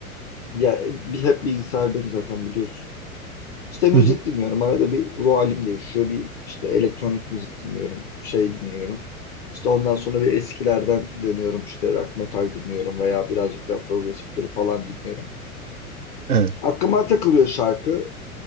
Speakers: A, on the left; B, on the right.
A: Ya bir, hep bilgisayardayım zaten biliyorsun. İşte müzik
B: Hı hı.
A: dinliyorum. Arada bir ruh halim değişiyor. Bir işte elektronik müzik dinliyorum. Şey dinliyorum. İşte ondan sonra bir eskilerden dönüyorum. İşte rock metal dinliyorum veya birazcık daha progresifleri falan dinliyorum.
B: Evet.
A: Aklıma takılıyor şarkı.